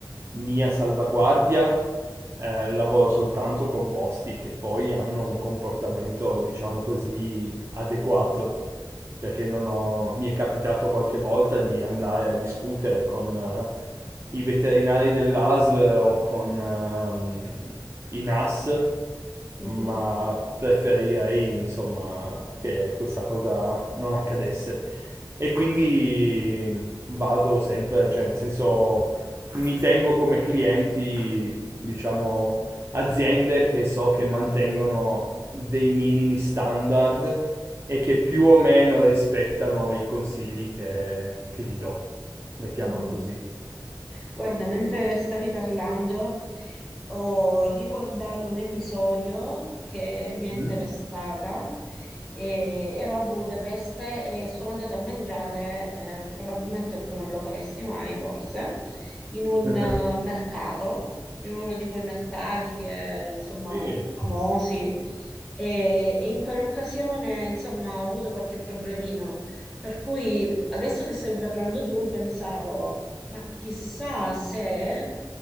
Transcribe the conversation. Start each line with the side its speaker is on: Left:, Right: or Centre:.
Right: mia salvaguardia, eh, lavoro soltanto con posti che poi hanno un comportamento, diciamo così, adeguato. perché non ho- mi è capitato qualche volta di andare a discutere con eh, i veterinari dell'ASL o con ehm, i NAS
Centre: Mhm.
Right: ma preferirei, insomma, che questa cosa non accadesse. E quindi vado sempre, cioè nel senso mi tengo come clienti, diciamo, aziende che so che mantengono dei minimi standard e che più o meno rispettano i consigli che, che gli do, mettiamola
Centre: Mm.
Right: così.
Centre: Guarda, mentre stavi parlando, ho ricordato un episodio che mi è interessata.
Right: Mm?
Centre: E ero a Budapest e sono andata a mangiare, eh, probabilmente tu non lo faresti mai, forse, in un
Right: <laughs>
Centre: eh, mercato, in uno di quei mercati che, insomma,
Right: Sì,
Centre: famosi. E, e in quell'occasione, insomma, ho avuto qualche problemino. Per cui adesso che stavi parlando tu, pensavo. Ma chissà se